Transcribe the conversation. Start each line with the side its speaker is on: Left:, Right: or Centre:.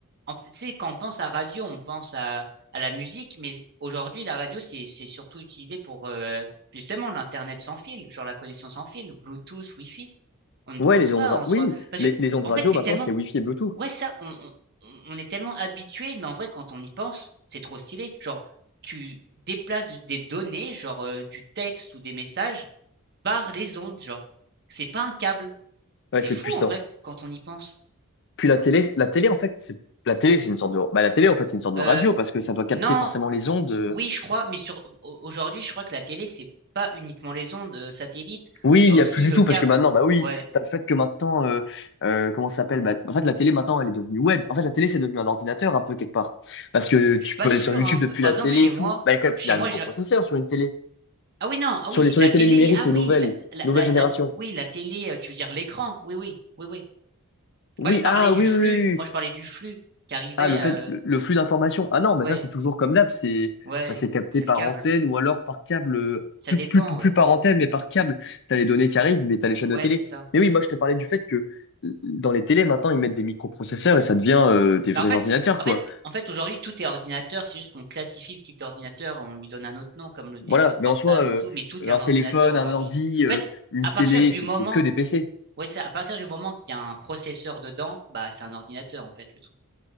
Right: en plus, c'est quand on pense à radio, on pense à, à la musique, mais aujourd'hui, la radio, c'est, c'est surtout utilisé pour euh, justement l'Internet sans fil, genre la connexion sans fil, Bluetooth, Wi-Fi. On ne
Left: Ouais,
Right: pense
Left: les
Right: pas
Left: ondes, ra-
Right: en soi.
Left: oui,
Right: Parce
Left: les,
Right: que,
Left: les ondes
Right: en
Left: radio,
Right: fait, c'est
Left: maintenant,
Right: tellement.
Left: c'est Wi-Fi et Bluetooth.
Right: Ouais, ça, on, on- on est tellement habitué, mais en vrai, quand on y pense, c'est trop stylé. Genre, tu déplaces de- des données, genre euh, du texte ou des messages, par les ondes, genre. C'est pas un câble.
Left: Ouais,
Right: C'est
Left: c'est
Right: fou,
Left: puissant.
Right: en vrai, quand on y pense.
Left: Puis la télé, la télé, en fait, c'est, la télé, c'est une sorte de, bah, la télé, en fait, c'est une sorte
Right: Euh,
Left: de radio parce que ça doit capter
Right: Non,
Left: forcément les ondes.
Right: ou-
Left: euh,
Right: oui, je crois, mais sur au- aujourd'hui, je crois que la télé, c'est pas uniquement les ondes euh, satellites,
Left: Oui,
Right: il y
Left: il
Right: a aussi
Left: y a plus du
Right: le
Left: tout
Right: câble.
Left: parce que maintenant, bah oui,
Right: Ouais,
Left: t'as le fait que maintenant, euh, euh, comment ça s'appelle? Bah, en fait, la télé maintenant, elle est devenue web. En fait, la télé, c'est devenu un ordinateur un peu quelque part parce que
Right: je
Left: tu
Right: suis pas
Left: peux
Right: sûr,
Left: aller sur YouTube
Right: hein.
Left: depuis
Right: P- Par
Left: la
Right: exemple,
Left: télé
Right: chez
Left: et
Right: moi,
Left: tout. Bah, il y a quand même,
Right: chez
Left: il y a
Right: moi,
Left: un microprocesseur
Right: j'ai...
Left: sur une télé,
Right: Ah oui, non, ah
Left: sur
Right: oui,
Left: les sur
Right: la
Left: les
Right: télé,
Left: télés numériques,
Right: ah
Left: les
Right: oui,
Left: nouvelles,
Right: la, la,
Left: nouvelle
Right: la,
Left: génération.
Right: la- oui, la télé, euh, tu veux dire l'écran, oui, oui, oui, oui.
Left: Oui,
Right: Moi, je parlais
Left: ah
Right: du
Left: oui,
Right: flux,
Left: oui, oui.
Right: moi,
Left: oui.
Right: je parlais du flux qui arrivait,
Left: Ah, le fait,
Right: euh,
Left: le le flux d'informations. Ah non, mais
Right: ouais,
Left: ça, c'est toujours comme d'hab, c'est
Right: ouais,
Left: bah, c'est capté
Right: c'est
Left: par
Right: le câble,
Left: antenne ou alors par câble, euh,
Right: ça
Left: plus,
Right: dépend,
Left: plus, plus
Right: ouais,
Left: par antenne, mais par câble. T'as les données qui arrivent, mais t'as les chaînes
Right: ouais,
Left: de télé.
Right: c'est ça.
Left: Mais oui, moi, je te parlais du fait que euh, dans les télés, maintenant, ils mettent des microprocesseurs et ça devient euh, des
Right: Bah,
Left: vrais
Right: en fait,
Left: ordinateurs,
Right: en fait,
Left: quoi.
Right: en fait, aujourd'hui, tout est ordinateur. C'est juste qu'on classifie le type d'ordinateur, on lui donne un autre nom, comme le téléphone
Left: Voilà, mais
Right: portable
Left: en soi, euh,
Right: ou tout, mais tout
Left: un
Right: est un ordinateur
Left: téléphone,
Right: aujourd'hui.
Left: un ordi,
Right: En
Left: euh,
Right: fait,
Left: une
Right: à
Left: télé,
Right: partir du
Left: c'est
Right: moment,
Left: c'est que des PC.
Right: ouais, c'est à partir du moment qu'il y a un processeur dedans, bah, c'est un ordinateur, en fait, le truc.